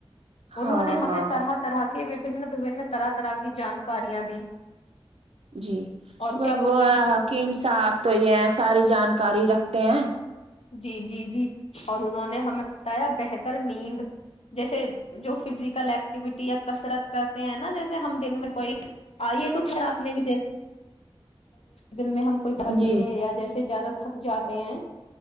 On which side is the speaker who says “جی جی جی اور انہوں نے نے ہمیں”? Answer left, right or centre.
Left